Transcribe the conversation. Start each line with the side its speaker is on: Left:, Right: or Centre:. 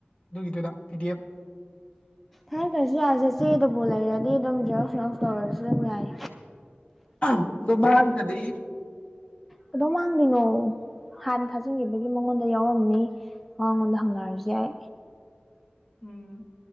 Left: ꯑꯗꯨꯒꯤꯗꯨꯗ ꯄꯤꯗꯤꯑꯦꯐ
Centre: ꯊꯥꯔꯛꯇꯁꯨ ꯌꯥꯏꯔꯦꯆꯦ ꯆꯦꯗꯨꯕꯨ ꯂꯩꯔꯗꯤ ꯑꯗꯨꯝ ꯖꯦꯔꯣꯛꯁ ꯖꯦꯔꯣꯛꯁ ꯇꯧꯔꯖꯨ ꯎꯨꯝ ꯌꯥꯏ
Left: <unintelligible> ꯗꯣ ꯃꯥꯡꯈ꯭ꯔꯗꯤ
Centre: ꯀꯩꯗꯧ ꯃꯥꯡꯗꯣꯏꯅꯣ ꯍꯥꯟ ꯊꯥꯖꯤꯟꯒꯤꯕꯒꯤ ꯃꯉꯣꯟꯗ ꯌꯥꯎꯔꯝꯅꯤ ꯃꯉꯣꯟꯗ ꯍꯪꯅꯔꯖꯨ ꯌꯥꯏ
Left: ꯎꯝ